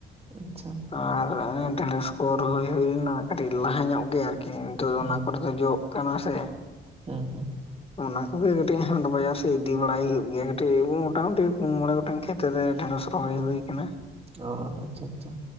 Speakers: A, on the right (about 30°); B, on the left (about 30°).
A: ᱟᱪᱪᱷᱟ।
B: ᱟᱨ ᱰᱷᱮᱲᱚᱥ ᱠᱚ ᱨᱚᱦᱚᱭ ᱦᱩᱭ ᱞᱮᱱᱟ, ᱠᱟᱹᱴᱤᱡ ᱞᱟᱦᱟ ᱧᱚᱜ ᱜᱮ ᱟᱨᱠᱤ, ᱛᱚ
A: ᱦᱩᱸ
B: ᱚᱱᱟ ᱠᱚᱨᱮ
A: ᱦᱩᱸ
B: ᱫᱚ ᱡᱚᱜ ᱠᱟᱱᱟ ᱥᱮ,
A: ᱦᱩᱸ ᱦᱩᱸ
B: ᱚᱱᱟ ᱠᱚᱜᱮ ᱠᱟᱹᱴᱤᱡ, ᱦᱟᱴ ᱵᱟᱡᱟᱨ ᱥᱮᱡ ᱤᱫᱤ ᱵᱟᱲᱟᱭ ᱦᱩᱭᱩᱜ ᱜᱮᱭᱟ ᱠᱟᱹᱴᱤᱡ, ᱢᱚᱴᱟᱢᱩᱴᱤ ᱯᱩᱱ ᱢᱚᱬᱮ ᱜᱚᱴᱟᱝ ᱠᱷᱮᱛ, ᱨᱮ ᱰᱷᱮᱸᱲᱚᱥ ᱨᱚᱦᱚᱭ ᱦᱩᱭ ᱠᱟᱱᱟ।
A: ᱚ ᱟᱪᱪᱷᱟ ᱟᱪᱪᱷᱟ।